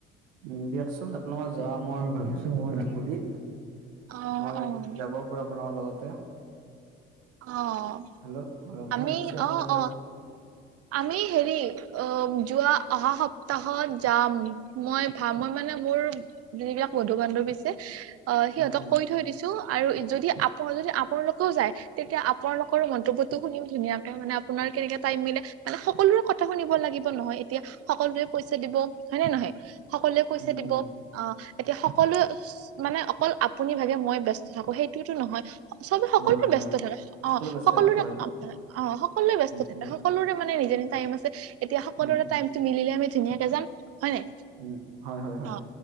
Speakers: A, on the right; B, on the right.
A: উ দিয়কচোন আপোনাৰ ম যোৱা মই ভাবিছো মই যাম বুলি।
B: অ',
A: মই
B: অ',
A: যাবও পৰা আপোনাৰ লগতে।
B: অ',
A: হেল্ল' অ
B: আমি
A: মই ভাবিছো আপোনালোকৰ
B: অ',
A: লগত
B: অ', আমি হেৰি অ যোৱা অহা সপ্তাহত যাম মই ভ মই মানে মোৰ যিবিলাক বন্ধু বান্ধৱীছে অ সিহঁতক
A: উম উম
B: কৈ থৈ দিছো। আৰু যদি আপ যদি আপোনালোকেও যায় তেতিয়া আপোনালোকৰো মন্তব্যটো শুনি ধুনীয়াকে মানে আপোনাৰ কেগ টাইম মিলে, মানে সকলোৰে কথা শুনিব লাগিব নহয় এতিয়া সকলোৰে পইচা দিব হয়ে নে নহয় সকলোৱে পইচা
A: উম
B: দিব
A: উম
B: অ এতিয়া সকলোৱ মানে অকল আপুনি ভাগে মই বস্ত থাকো সেইটোয়ো নহয়। চবে সকলোৰে
A: নহয়
B: ব্যস্ত
A: অ
B: থাকে অ
A: সকলো ব্যস্ত
B: সকলোৰে
A: হয়
B: কামাক অ সকলোৱে ব্যস্ত
A: উম
B: থাকে
A: উম
B: সকলোৰে। মানে নিজে নি টাইম আছে এতিয়া সকলোৰে
A: উম
B: টাইমটো মিলে আমি ধুনীয়াকে যাম। হয় নাই
A: উ হয় হয় হয়।
B: অ